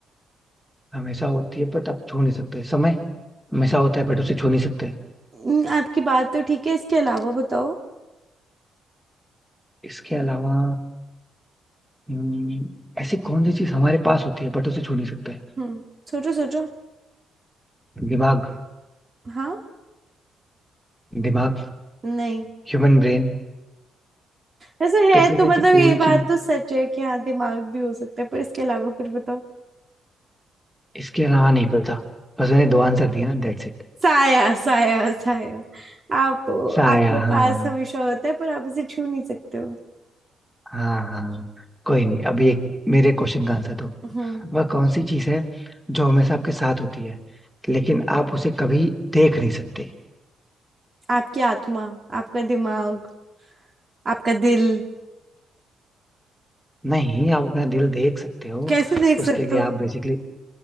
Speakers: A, in the centre; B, on the right.
A: हमेशा होती है बट आप छू नहीं सकते समय हमेशा होता है बट उसे छू नहीं सकते
B: हम्म, आपकी बात तो ठीक है इसके अलावा बताओ
A: इसके अलावा हम्म, ऐसी कौन सी चीज हमारे पास होती है बट उसे छू नहीं सकते
B: हम्म सोचो सोचो
A: दिमाग
B: हाँ
A: दिमाग
B: नहीं
A: Human brain
B: वैसे
A: तो
B: है
A: फिर
B: तो
A: ऐसी
B: मतलब
A: कोई
B: ये बात
A: चीज
B: तो सच है कि हाँ दिमाग भी हो सकता है पर इसके अलावा कुछ बताओ
A: इसके अलावा नहीं पता बस मैंने दो आंसर दिया ना दैट्स इट
B: साया साया साया आप
A: साया
B: आपके
A: हाँ
B: पास हमेशा होता है पर आप उसे छू नहीं सकते हो
A: हाँ हाँ कोई नहीं अभी एक मेरे क्वेश्चन का आंसर दो
B: हम्म
A: वह कौन सी चीज है जो हमेशा आपके साथ होती है लेकिन आप उसे कभी देख नहीं सकते
B: आपकी आत्मा आपका दिमाग आपका दिल
A: नहीं आप अपना दिल देख सकते हो
B: कैसे देख सकते
A: उसके लिए
B: हो
A: आप बेसिकली